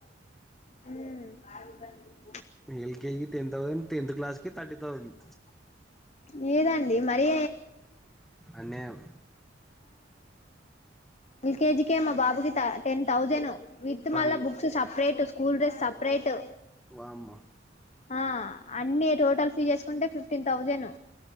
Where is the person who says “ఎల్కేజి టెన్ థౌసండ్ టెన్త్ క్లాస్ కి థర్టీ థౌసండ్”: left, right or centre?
Centre